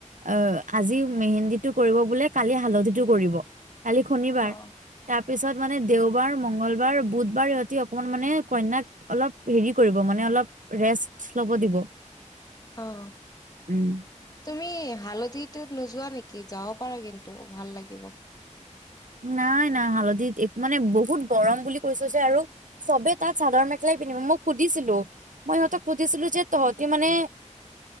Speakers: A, on the right (about 80°); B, on the left (about 30°).
A: অ আজি মেহেন্দীটো কৰিব বোলে কালি হালধিটো কৰিব কালি শনিবাৰ।
B: অ
A: তাৰ পিছত মানে দেওবাৰ, মংগলবাৰ, বুধবাৰ সিহঁতি অকমান মানে কন্যাক অলপ হেৰি কৰিব মানে অলপ ৰেষ্ট ল'ব দিব।
B: অঁ।
A: উম।
B: তুমি হালধিটোত নোযোৱা নেকি যাব পাৰা কিন্তু ভাল লাগিব।
A: নাই-নাই হালধিত এক মানে বহুত গৰম বুলি কৈছে যে আৰু। চবে তাত চাদৰ মেখেলাই পিন্ধিব মই সুধিছিলোঁ। মই সিহঁতক সুধিছিলোঁ যে তহঁতি মানে